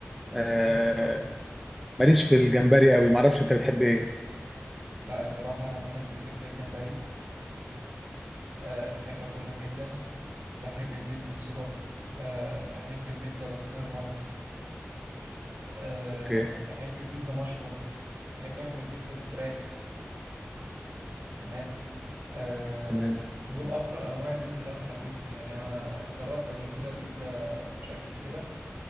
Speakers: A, in the centre; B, on the right (about 75°).
A: آه،
B: تمام
A: ماليش في الجمبري قوي معرفش انت بتحب ايه
B: لا الصراحة انا بحب البيتزا الجمبري أه بحب اكلها جدا بحب البيتزا الصدق أه احب البيتزا بسطرمة أه
A: اوكي
B: احب البيتزا مشروم احب اكل البيتزا بالفراخ تمام آه،
A: تمام
B: دول اكتر انواع البيتزا اللي انا حبيتهم يعني انا جربت قبل كده بيتزا مشكل جبن